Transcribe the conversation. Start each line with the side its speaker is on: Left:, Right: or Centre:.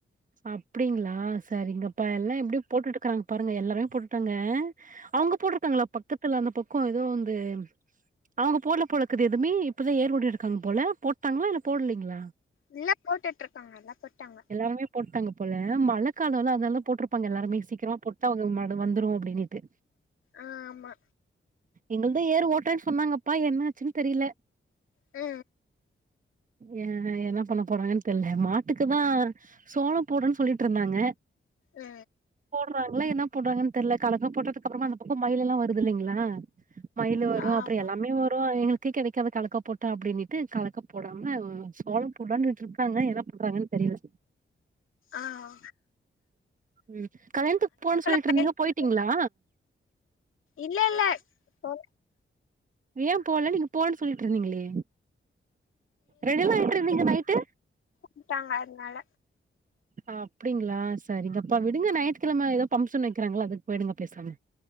Right: அப்டிங்களா சரிங்கப்பா எல்லா எப்டி போட்டுட்டுருக்கறாங்க பாருங்க எல்லாருமே பொருட்டாங்க அவங்க போட்ருப்பாங்களா பக்கத்துல அந்த பொக்கோ ஏதோ வந்து அவங்க போட்ல போலக்குது எதுமே இப்பதா ஏற்வாடு இருக்காங்க போல போட்டாங்களா இல்ல போடலைங்களா
Left: இல்ல போட்டுட்டுருக்காங்க எல்லா போட்டாங்க
Right: எல்லாருமே போட்டாங்க போல மழ காலல்லா அதுனால போட்ருப்பாங்க எல்லாருமே சீக்கிரா போட்டு அவங்களு மழ வந்துரு அப்டின்ட்டு
Left: அ ஆமா
Right: எங்கள் தா ஏரு ஓட்டே சொன்னாங்கப்பா என்ன ஆச்சுன் தெரியல
Left: உ
Right: எ அ என்ன பண்ண போறாங்கன் தெர்ல மாட்டுக்கு தா சோளோ போட்றேன் சொல்லிட்டுருந்தாங்க
Left: அ
Right: இப்ப அங்கலா என்ன போட்றாங்கன் தெர்ல கலக்க போட்டதுக்கப்றமா அந்த பக்கொ மயிலெல்ல வருது இல்லைங்களா மயிலு வரு
Left: ஆ
Right: அப்றோ
Left: ஆமா
Right: எல்லாமே வரு எங் க்கு கெடைக்காது கலக்கா போட்டா அப்டின்னுட்டு கலக்கா போடாம சோளொ போடான்னுட்டுருக்காங்க என்ன பண்றாங்கன் சரி இல்ல
Left: ஆ ஆ
Right: ம் கல்யாண்த்துக்கு போணு சொல்லிட்டுருந்தீங்க
Left: மழையில இடிச்சு
Right: போய்ட்டீங்களா
Left: இல்ல இல்ல ஒ
Right: ஏ போல போகன் சொல்லிட்டுருந்தீங்களே ரெடிலா ஆயிட்ருந்தீங்க நைட்டு
Left: வுட்டாங்க அதுனால
Right: ஆ அப்டிங்களா சரிங்கப்பா விடுங்க நாயித்துக்கெழம ஏதோ பம்ப்ஷன் வைக்கிறாங்களா அதுக்கு போய்டுங்க பேசாம